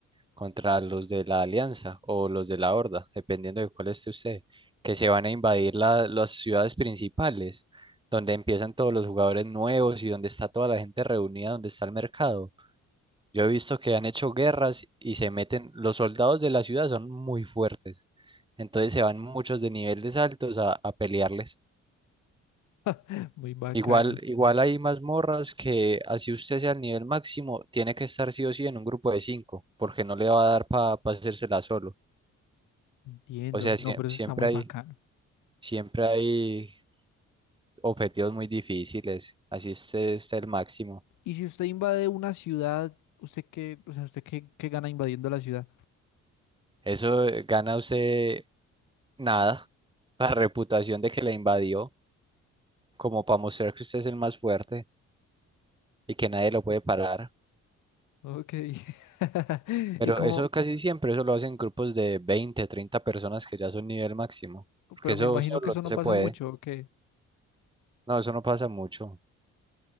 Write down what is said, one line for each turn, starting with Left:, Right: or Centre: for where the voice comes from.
Right: contra los de la Alianza o los de la Horda, dependiendo de cuál esté usted, que se van a invadir la- las ciudades principales, donde empiezan todos los jugadores nuevos y donde está toda la gente reunida, donde está el mercado. Yo he visto que han hecho guerras y se meten, los soldados de la ciudad son muy fuertes, entonces se van muchos de niveles altos a, a pelearles.
Left: <laughs> Muy bacano.
Right: Igual, igual hay mazmorras que así usted sea el nivel máximo, tiene que estar sí o sí en un grupo de cinco, porque no le va a dar para hacérsela solo.
Left: Entiendo,
Right: O sea, siem-
Left: no, pero
Right: siempre
Left: eso está muy
Right: hay,
Left: bacano.
Right: siempre hay objetivos muy difíciles, así usted esté el máximo.
Left: Y si usted invade una ciudad, ¿usted qué, o sea, usted qué, qué gana invadiendo la ciudad?
Right: Eso eh, gana usted nada, la reputación de que le invadió. como para mostrar que usted es el más fuerte y que nadie lo puede parar.
Left: Ok. <laughs>
Right: Pero
Left: Y como,
Right: eso casi siempre, eso lo hacen grupos de 20, 30 personas que ya son nivel máximo, porque
Left: pero
Right: eso
Left: me imagino
Right: solo
Left: que eso
Right: no
Left: no
Right: se
Left: pasa
Right: puede.
Left: mucho, ¿o qué?
Right: No, eso no pasa mucho.